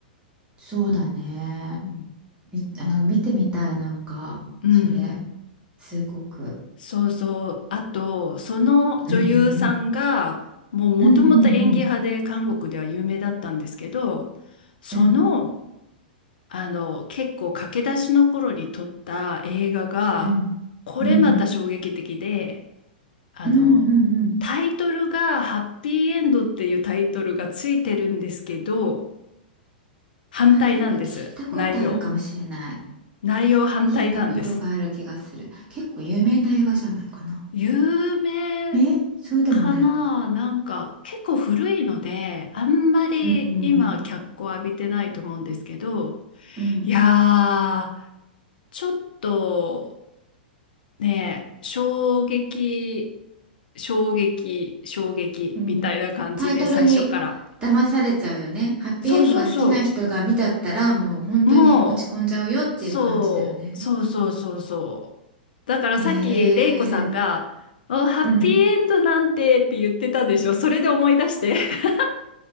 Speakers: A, on the right; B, on the left.
A: そうだね
B: うん
A: みあ見てみたいなんかそれ
B: うん、
A: すごく
B: そうそう。あと、その女優さんが、
A: うんうんうん
B: もうもともと演技派で韓国では有名だったんですけど、
A: うんうんうん
B: その
A: うん
B: あの、結構駆け出しの頃に撮った映画が、
A: うん
B: これまた衝撃的で、
A: うんうん
B: あの、
A: うんうん
B: タイトルがハッピーエンドっていうタイトルがついてるんですけど、反対なんです。
A: あ、なんか聞いたことあるかもしれない。
B: 内容。内容反対なんです。
A: 聞いたことがある気がする。結構有名な映画じゃないかな。
B: 有名
A: ね、そうでもないか。
B: かななんか結構古いので、あんまり今脚光浴びてないと思うんですけど、
A: うんうんうんうん
B: いやー、ちょっと、ねえ、衝撃、衝撃、衝撃みたいな感じで最初から。
A: うんタイトルに騙されちゃうよね。ハッピーエンドが好きな人が見たったらもう本当に落ち込んじゃうよっていう感じだよね。
B: そうそうそう。もう、そう、そうそうそうそう。だからさっき、
A: へえ。
B: レイコさんが、あハッピーエンドなんてって言ってたでしょ。
A: うん。
B: それで思い出して。<laughs>